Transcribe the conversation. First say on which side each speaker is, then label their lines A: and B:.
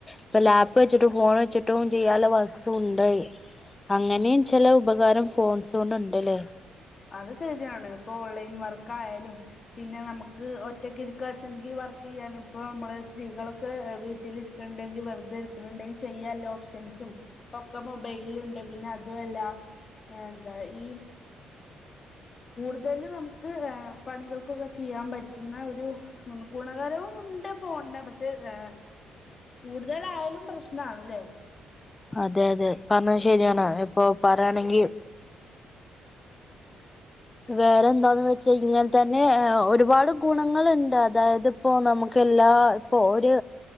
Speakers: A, on the left (about 20°); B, on the left (about 40°).
A: ഇപ്പ ലാപ്പ് വെച്ചിട്ടും ഫോൺ വെച്ചിട്ടും ചെയ്യാനുള്ള വർക്ക്സും ഉണ്ട്. അങ്ങനെയും ചില ഉപകാരം ഫോൺസുകൊണ്ട് ഉണ്ട്ല്ലേ.
B: അത് ശരിയാണ്. ഇപ്പൊ ഓൺലൈൻ വർക്ക് ആയാലും. പിന്നെ നമുക്ക് ഒറ്റക്ക് ഇരിക്ക വച്ചെങ്കിൽ വർക്ക് ചെയ്യാനും ഇപ്പം നമ്മള് സ്ത്രീകളൊക്കെ വീട്ടിലിര് ക്കെണ്ടെങ്കിൽ വെറുതെ ഇരിക്കണുണ്ടെങ്കിൽ ചെയ്യാല്ലോപ്ഷൻസും. ഒക്കെ മൊബൈലില് ഉണ്ട് പിന്നെ അതു അല്ല. എന്താ ഈ കൂടുതലും നമുക്ക് പണികൾക്കൊക്കെ ചെയ്യാൻ പറ്റുന്ന ഒരു ഒന്ന് ഗുണകരവും ഉണ്ട് ഫോണിന് പക്ഷെ ഏഹ് കൂടുതലായാലും പ്രശ്നാണല്ലേ.
A: അതെ അതെ പറഞ്ഞത് ശരിയാണ്. ഇപ്പൊ പറയാണെങ്കി വേറെന്താന്ന് വെച്ച് കഴിഞ്ഞാൽ തന്നെ ഒരുപാട് ഗുണങ്ങളുണ്ട്. അതായത്- ഇപ്പൊ നമുക്ക് എല്ലാ ഇപ്പോ ഒരു